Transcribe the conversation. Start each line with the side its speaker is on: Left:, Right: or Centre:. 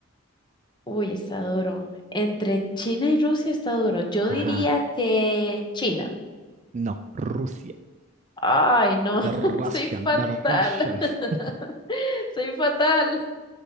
Left: Uy, está duro. Entre China y Rusia está duro. Yo
Right: Ajá,
Left: diría que China.
Right: no, Rusia.
Left: Ay, no, <laughs>
Right: The Russian,
Left: soy fatal.
Right: the Russian.
Left: <laughs>
Right: <laughs>
Left: Soy fatal.